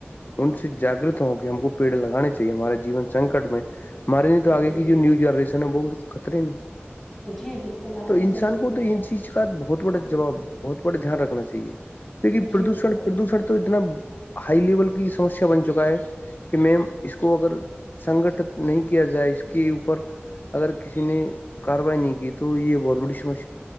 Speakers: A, on the left; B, in the centre.
A: ان سے جاگگرت ہوں کہ ہم کو پیڑ لگانے چاہیے ہمارے جیون سنکٹ میں ہمارے نہیں تو
B: جی
A: آگے کی جو نیو جنریشن ہے وہ خطرے میں
B: جی بالکل آپ
A: تو
B: نے صحیح
A: انسان
B: فرمایا
A: کو تو ان چیز کا ب بہت بڑا جواب بہت بڑا دھیان رکھنا چاہیے دیک کہ
B: جی
A: پردوشن
B: بالکل
A: پردوشن تو اتنا ہائی لیول کی سمسیا بن چکا ہے کہ میم اس کو اگر سنگٹت نہیں کیا جائے اس کے اوپر اگر کسی نے کاروائی نہیں کی تو یہ بہت بڑی سمس